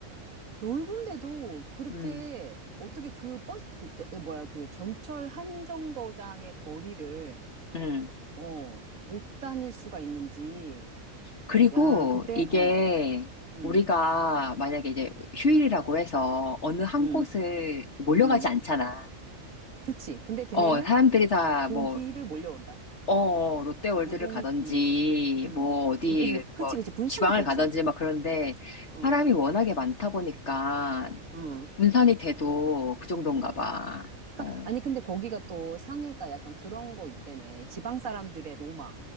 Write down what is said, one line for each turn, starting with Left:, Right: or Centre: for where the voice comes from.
Right: 넓은데도 그렇게,
Left: 음,
Right: 어떻게 그 버스, 그, 저, 그 뭐야, 그 전철 한 정거장의 거리를,
Left: 음.
Right: 어, 못 다닐 수가 있는지.
Left: 그리고
Right: 야, 그때,
Left: 이게
Right: 어, 응,
Left: 우리가 만약에 이제 휴일이라고 해서 어느 한
Right: 응,
Left: 곳을 이렇게 몰려가지
Right: 응.
Left: 않잖아.
Right: 그치. 근데 걔네는
Left: 어, 사람들이 다
Right: 고기를
Left: 뭐,
Right: 몰려온다.
Left: 어, 롯데월드를
Right: 노동,
Left: 가든지,
Right: 음, 음.
Left: 뭐, 어디,
Right: 이게- 그, 그치,
Left: 뭐,
Right: 그치. 분산이
Left: 지방을
Right: 되지.
Left: 가든지 막 그런데
Right: 응,
Left: 사람이 워낙에 많다 보니까
Right: 응,
Left: 분산이 돼도 그 정도인가
Right: 응.
Left: 봐.
Right: 그러니까,
Left: 어,
Right: 아니, 근데 거기가 또 상해가 약간 그런 거 있다며. 지방 사람들의 로마.